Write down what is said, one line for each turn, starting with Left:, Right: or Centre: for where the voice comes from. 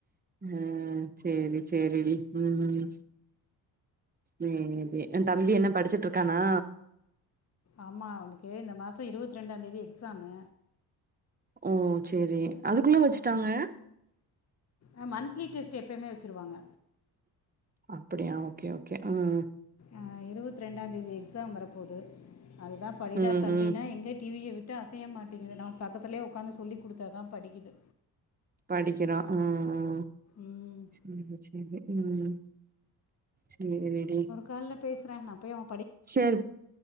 Right: ம் சேரி சேரிடி ம் ம் ஓகே உ தம்பி என்ன படிச்சிட்ருக்கானா
Left: ஆமா அவனுக்கு இந்த மாச இருவத் ரெண்டாந்தேதி எக்ஸாமு
Right: ஓ சேரி அதுக்குள்ள வெச்சுட்டாங்க
Left: அ மந்த்லி டெஸ்ட் எப்பயுமே வெச்சுருவாங்க
Right: அப்படியா ஓகே ஓகே ம்
Left: அ இருவத்ரெண்டாந் தேதி எக்ஸாம் வரப்போது அதுதா படிடா
Right: ம்
Left: தம்பினா
Right: ம்
Left: எங்கே டிவிய விட் டு அசைய மாட்டேங்குது நா பக்கத்தலே உக்காந்து சொல்லி குடுத்த தா படிக்கிது
Right: படிக்கினோ அ அ
Left: ம்
Right: சேரி சேரி ம் சேரிடி
Left: கால்ல பேசுறே நா போய் அ
Right: சேரி